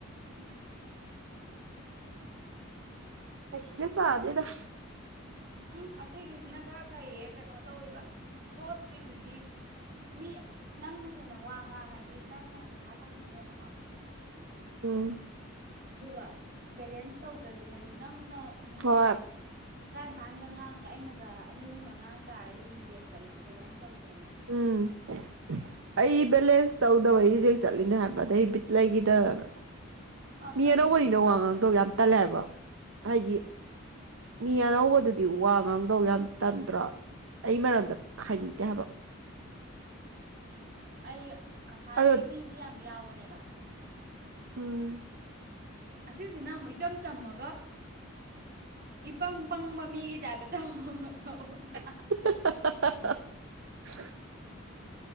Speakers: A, on the right; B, on the right.
A: ꯎꯝ
B: ꯍꯩꯒ ꯆꯥꯗꯦꯗ
A: ꯎꯝ ꯑꯁꯤꯒꯤꯁꯤꯅ ꯈꯔ ꯐꯩꯌꯦ ꯀꯩꯅꯣ ꯇꯧꯋꯤꯕ ꯖꯣꯁꯀꯤꯗꯨꯗꯤ ꯃꯤ ꯅꯪꯅ ꯍꯦꯟꯅ ꯋꯥ ꯉꯥꯡꯉꯗꯤ ꯅꯪꯅ ꯍꯦꯟꯅ ꯄꯩꯁꯥ ꯐꯪꯗꯣꯏꯅꯦꯕꯀꯣ
B: ꯎꯝ
A: ꯑꯗꯨꯒ ꯕꯦꯂꯦꯟꯁ ꯇꯧꯗ꯭ꯔꯗꯤ ꯍꯥꯏꯗꯤ ꯅꯪꯅ ꯃꯤꯅꯤꯠ
B: ꯍꯣꯏ
A: ꯇ꯭ꯔꯥꯏꯝꯄꯥꯟꯒ ꯉꯥꯡꯉꯒ ꯑꯩꯅꯒ ꯑꯅꯤ ꯑꯍꯨꯝꯒ ꯉꯥꯡ ꯇꯥꯔꯗꯤ ꯗꯨꯝ ꯔꯤꯖꯦꯛ ꯆꯠꯂꯦ ꯕꯦꯂꯦꯟꯁ ꯇꯧꯗ꯭ꯔꯦꯅ
B: ꯎꯝ ꯑꯩ ꯕꯦꯂꯦꯟꯁ ꯇꯧꯗꯕꯩ ꯔꯤꯁꯦꯛ ꯆꯠꯂꯤꯅꯦ ꯍꯥꯏꯕ ꯑꯗꯩ ꯕꯤꯠꯂꯒꯤꯗꯅ
A: ꯑꯁ
B: ꯃꯤꯅꯧꯧꯕꯅꯤꯅꯣ
A: ꯑꯩꯗꯤ ꯔꯤꯖꯦꯛ ꯌꯥꯝ
B: ꯋꯥꯉꯥꯡ
A: ꯆꯠꯂꯦ
B: ꯇꯣ ꯌꯥꯝ ꯇꯂꯦ ꯍꯥꯏꯕ ꯍꯥꯏꯗꯤ ꯃꯤ ꯑꯅꯧꯕꯗꯨꯗꯤ
A: ꯎꯝ
B: ꯋꯥ ꯉꯥꯡꯗꯧ ꯌꯥꯝ ꯇꯟꯗ꯭ꯔꯣ ꯑꯩ ꯃꯔꯝꯗ
A: ꯎꯝ
B: ꯈꯥꯏꯅꯤꯡꯗꯦ ꯍꯥꯏꯕ
A: ꯎꯝ ꯑꯩ ꯀꯁꯥꯔꯒꯤ
B: ꯑꯗꯣ
A: ꯃꯤꯗꯤ ꯌꯥꯝ ꯌꯥꯎꯕꯅꯦꯕ
B: ꯎꯝ
A: ꯑꯁꯤꯁꯤꯅ ꯑꯃꯨꯛ ꯏꯆꯝ ꯆꯝꯃꯒ ꯏ ꯄꯪ ꯄꯪꯕ ꯃꯤꯒꯤ ꯥꯏꯕ ꯇꯧꯑꯣ ꯇꯧꯑꯣꯗ
B: <inaudible>